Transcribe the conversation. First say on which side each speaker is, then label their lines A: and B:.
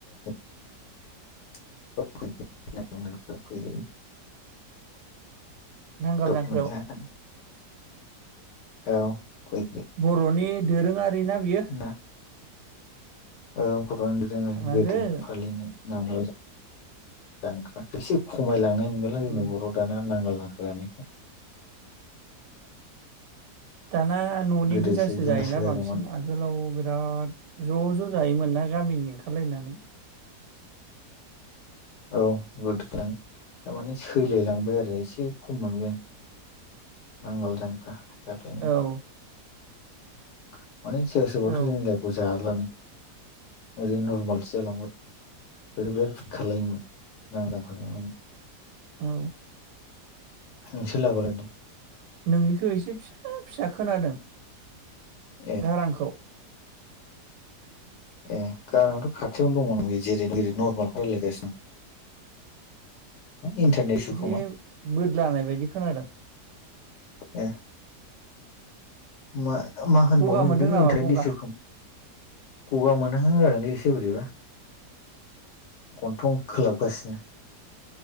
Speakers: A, on the left; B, on the right.
A: <unintelligible> जानो
B: नांगाल
A: दर
B: जांख्रायाव
A: मोनजागोन। औ फै।
B: बर'नि दोरोङा रि ना बियो।
A: ना औ। <unintelligible>
B: थांनांगोन
A: फालिनाय नांगोल जांख्रा एसे खमायलांनाय नुबायलां जोंनाव
B: उम।
A: बर' दाना नांगोल जांख्रानिखौ।
B: दाना न'नि
A: गोदोसो
B: गोजासो जायोना
A: गोमासोगारोमोन
B: बांसिन आगोलाव बिराद ज' ज' जायोमोन ना गामिनि ओंखा खालायनानै।
A: औ गोदो <unintelligible> दामाने सोलायलांबाय आरो एसे खम मोनबाय आं। नांगोल जांख्रा जाथायनिखौ
B: औ
A: <inaudible> माने सोरबा सोरबाथ'
B: औ
A: जोंनि <unintelligible> ओरैनो नरमालसो जालांबाय ओरै बिराद सुद खालायोमोन नांदांखा‌
B: उम
A: नोंसोर लागोआवलाय <unintelligible>
B: नोंनिखौ एसे फिसा फिसा खोनादों।
A: ए
B: गारांखौ
A: ए गाराङाथ' खाथियावनो दंमोन जेरै जेरै नरमालखौ रायलायगासिनो। इन्टारनेट इसु
B: एसे
A: खोमा
B: बोद लानाय बायदि खोनादों।
A: ए मा मा होनबावनो
B: गगा मोनदों
A: बिदिखौ
B: नामा
A: इन्टारनेट
B: गगा
A: इसुखो गगा मोनहांदोंलै एसे बोरैबा गन्थं खोलाबगासिनो।